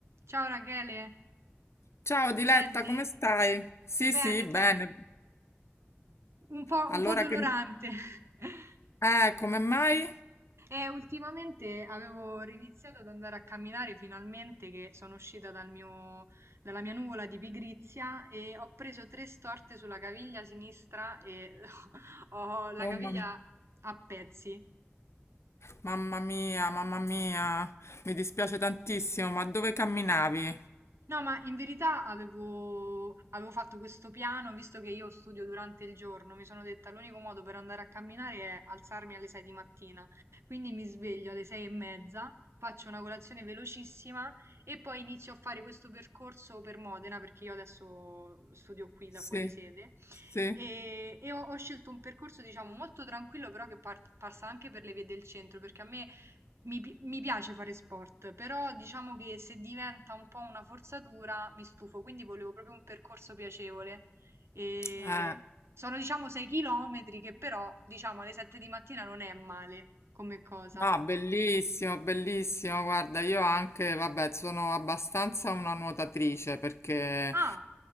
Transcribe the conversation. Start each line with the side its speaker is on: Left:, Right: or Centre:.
Right: Ciao Rachele,
Left: Ciao Diletta,
Right: mi senti?
Left: come stai? Sì,
Right: Bene,
Left: sì, bene.
Right: bene. Un po',
Left: Allora
Right: un po' dolorante.
Left: che...
Right: <laughs>
Left: Eh, come mai?
Right: E ultimamente avevo riniziato ad andare a camminare finalmente che sono uscita dal mio- dalla mia nuvola di pigrizia e ho preso tre storte sulla caviglia sinistra e <laughs> ho la
Left: Oh,
Right: caviglia
Left: mam-
Right: a pezzi.
Left: mamma mia, mamma mia, mi dispiace tantissimo, ma dove camminavi?
Right: No, ma in verità avevo, avevo fatto questo piano, visto che io studio durante il giorno, mi sono detta l'unico modo per andare a camminare è alzarmi alle 6 di mattina. Quindi mi sveglio alle 6 e mezza, faccio una colazione velocissima e poi inizio a fare questo percorso per Modena, perché io adesso studio qui da
Left: Sì,
Right: fuori sede.
Left: sì.
Right: E, e ho, ho scelto un percorso, diciamo, molto tranquillo, però che par- passa anche per le vie del centro, perché a me mi, pi- mi piace fare sport, però diciamo che se diventa un po' una forzatura mi stufo, quindi volevo proprio un percorso piacevole. E
Left: Eh,
Right: sono diciamo 6 chilometri che però diciamo alle 7 di mattina non è male come cosa.
Left: No, bellissimo, bellissimo. Guarda, io anche, vabbè, sono abbastanza una nuotatrice perché
Right: Ah,